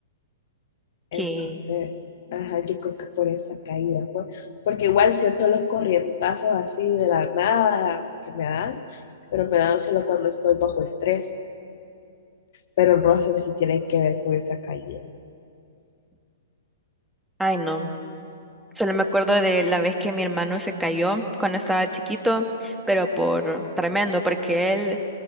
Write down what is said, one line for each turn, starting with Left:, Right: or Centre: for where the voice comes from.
Left: Entonces,
Centre: que-
Left: ajá, yo creo que por esa caída fue. Porque igual siento los corrientazos así de la nada que me dan, pero me dan solo cuando estoy bajo estrés. Pero el roce sí tiene que ver con esa caída.
Centre: Ay, no. Solo me acuerdo de la vez que mi hermano se cayó cuando estaba chiquito, pero por tremendo, porque él,